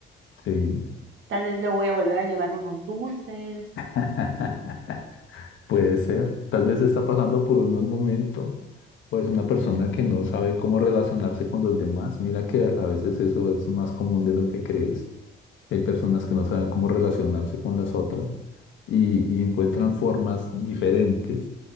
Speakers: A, on the left; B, on the right.
A: Sí.
B: tal vez le voy a volver a llevar unos dulces.
A: <laughs> Puede ser, tal vez está pasando por un mal momento o es una persona que no sabe cómo relacionarse con los demás. Mira que a veces eso es más común de lo que crees. Hay personas que no saben cómo relacionarse con las otras y, y encuentran formas diferentes